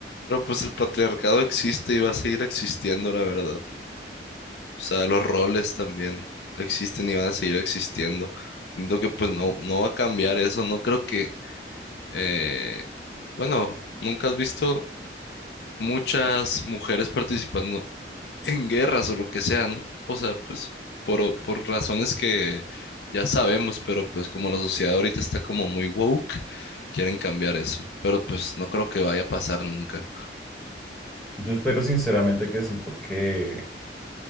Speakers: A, on the left; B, in the centre.
A: Pero pues el patriarcado existe y va a seguir existiendo, la verdad. O sea, los roles también existen y van a seguir existiendo. Siento que pues no, no va a cambiar eso. No creo que, eh, bueno, nunca has visto muchas mujeres participando en guerras o lo que sea, ¿no? O sea, pues por, o- por razones que ya sabemos, pero pues como la sociedad ahorita está como muy woke, quieren cambiar eso, pero pues no creo que vaya a pasar nunca.
B: Yo espero sinceramente que sí, porque...